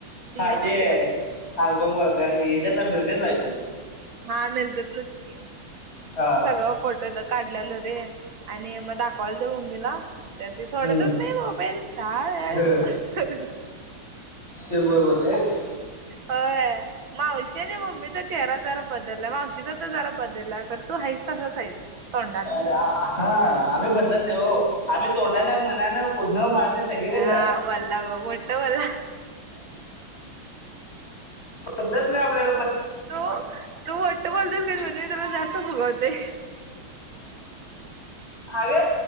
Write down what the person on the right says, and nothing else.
टी
व्हि च
होती वाटत -
हा मिरजेतलच की-
सगळं फोटो ते काढल्यालो रे आणि मग दाखवलतो मम्मीला - त्या त
सोडतच नाही मोबाईल दहा वेळा
एकाच-
होय मावशी नाही मम्मी तर - चेहरा जरा बदललाय म अशीजध जरा बदलला कारण तू आहेस तसाच आहेस. तोंडानं
हा
बोलला ब मोठ बोलला
हो तो तो वाट्ट बोलतच का म्हणून त्याला जास्त फगवते